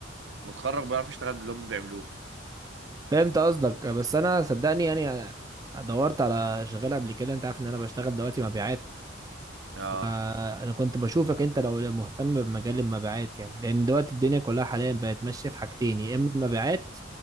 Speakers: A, on the right (about 65°); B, on the right (about 20°).
A: متخرج بيعرف يشتغل باللي هم بيعملوه
B: فهمت قصدك بس انا صدقني يعني دورت على شغال قبل كده انت عارف ان انا بشتغل دلوقتي مبيعات
A: اه
B: فانا كنت بشوفك انت لو مهتم بمجال المبيعات يعني لان دلوقتي الدنيا كلها حاليا بقت ماشية في حاجتين يا اما المبيعات